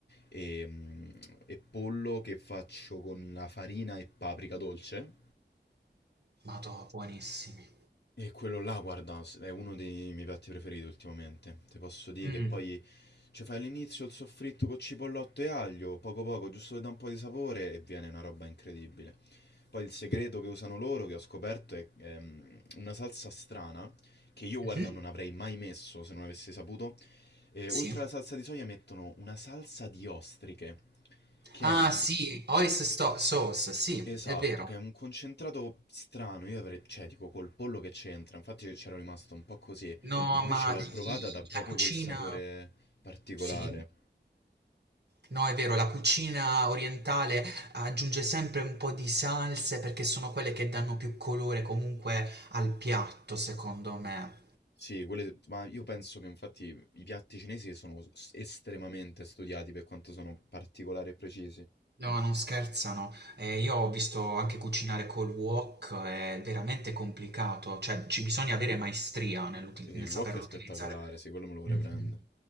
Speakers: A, on the left (about 65°); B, on the right (about 65°).
A: e, mh, e pollo che faccio con la farina e paprika dolce.
B: Madò, buonissimi.
A: E quello là, guarda, s- è uno dei miei piatti preferiti ultimamente. Ti posso dire
B: Mh.
A: che poi ci fai all'inizio il soffritto con cipollotto e aglio, poco poco, giusto per dare un po' di sapore e viene una roba incredibile. Poi il segreto che usano loro, che ho scoperto, è ehm, una salsa strana che io, guarda,
B: Mh-mh.
A: non avrei mai messo se non avessi saputo. E
B: Sì.
A: oltre alla salsa di soia mettono una salsa di ostriche, che
B: Ah,
A: è un
B: sì, oyster sto sauce, sì,
A: Esatto,
B: è vero.
A: che è un concentrato strano, io avrei, cioè dico col pollo che c'entra, infatti io c'ero rimasto un po' così,
B: No,
A: invece
B: ma
A: l'ho provata
B: i
A: da proprio
B: i la cucina
A: quel sapore particolare.
B: sì. No, è vero, la cucina orientale aggiunge sempre un po' di salse perché sono quelle che danno più colore comunque al piatto, secondo me.
A: Sì, quelle, ma io penso che infatti i piatti cinesi sono s- estremamente studiati per quanto sono particolari e precisi.
B: No, non scherzano. Eh, io ho visto anche cucinare col wok, è veramente complicato, cioè ci bisogna avere maestria nell'uti-
A: E il
B: nel saperlo
A: wok è spettacolare,
B: utilizzare.
A: sì, quello me lo vorrei
B: Mhm.
A: prendere.